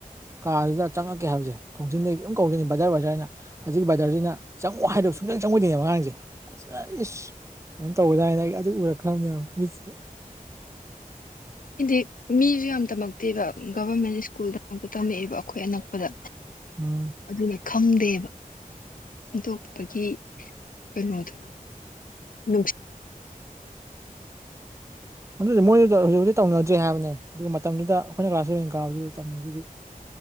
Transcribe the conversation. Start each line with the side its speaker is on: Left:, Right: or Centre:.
Right: ꯀꯥꯗꯨꯗ ꯆꯪꯉꯛꯀꯦ ꯍꯥꯏꯕꯖꯦ ꯊꯣꯡꯖꯤꯟꯗꯒꯤ ꯑꯗꯨꯝ ꯀꯧꯗꯨꯏꯅꯤ ꯕꯗ꯭ꯔ ꯕꯗ꯭ꯔ ꯍꯥꯏꯅ ꯍꯖꯤꯛ ꯕꯥꯗ꯭ꯔꯖꯤꯅ ꯆꯪꯉꯛꯑꯣ ꯍꯥꯏ ꯁꯨꯛꯆꯪ ꯆꯪꯉꯛꯑꯣꯏꯗꯨꯏꯅꯦ ꯑꯉꯥꯡꯖꯦ ꯑꯁ ꯑꯥ ꯏꯁ ꯀꯩꯅꯣꯝ ꯇꯧꯒ꯭ꯔꯖꯥꯠꯅꯤ ꯅꯪ ꯑꯗꯨ ꯎꯔꯒ ꯈꯪꯅꯤ ꯃꯤꯠꯁꯤꯗ
Left: ꯏꯟꯗꯤ ꯃꯤꯖꯨ ꯌꯥꯝ ꯇꯝꯃꯛꯇꯦꯕ ꯒꯚ꯭ꯔꯃꯦꯟ ꯁ꯭ꯀꯨꯜꯗ ꯉꯥꯛꯇ ꯇꯝꯃꯛꯑꯦꯕ ꯑꯈꯣꯏ ꯑꯅꯛꯄꯗ
Right: ꯎꯝ
Left: ꯑꯗꯨꯒꯤ ꯈꯪꯗꯦꯕ ꯏꯟꯗꯣꯛꯄꯒꯤ ꯀꯩꯅꯣꯗꯣ ꯅꯨꯡ
Right: ꯑꯗꯨꯗꯤ ꯃꯣꯏꯗ ꯍꯨꯖꯤꯛ ꯍꯨꯖꯤꯛ ꯇꯧꯅꯗ꯭ꯔꯦ ꯍꯥꯏꯕꯅꯦ ꯑꯗꯨꯒ ꯃꯇꯝꯗꯨꯗ ꯑꯈꯣꯏꯅ ꯀ꯭ꯂꯥꯁ ꯏꯂꯕꯦꯟ ꯀꯥꯕꯗꯨꯗ ꯇꯧꯅꯩ ꯗꯨꯗꯤ